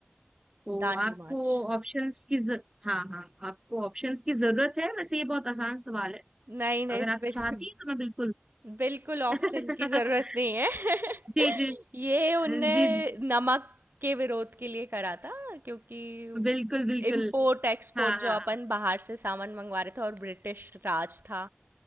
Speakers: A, on the right (about 20°); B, on the right (about 55°).
A: तो
B: दांडी
A: आपको
B: मार्च
A: ऑप्शंस की जर... हाँ हाँ आपको ऑप्शंस की जरूरत है वैसे ये बहुत आसान सवाल है
B: नहीं नहीं
A: अगर आप
B: बिल,
A: चाहती हैं तो मैं बिल्कुल
B: बिल्कुल ऑप्शन
A: <laughs>
B: की जरूरत नहीं है <laughs>
A: जी जी
B: ये उनने
A: जी जी
B: नमक के विरोध के लिए करा था क्योंकि
A: बिल्कुल बिल्कुल
B: इम्पोर्ट एक्सपोर्ट
A: हाँ
B: जो
A: हाँ
B: अपन बाहर से सामान मंगवा रहे थे और ब्रिटिश राज था